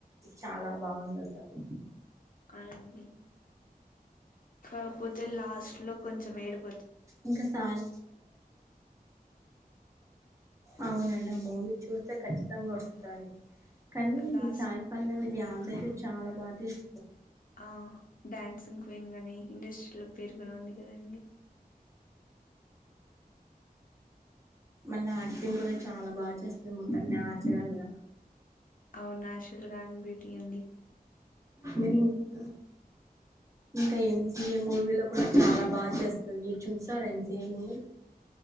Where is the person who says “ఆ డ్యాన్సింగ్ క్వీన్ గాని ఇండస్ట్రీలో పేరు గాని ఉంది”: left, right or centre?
Left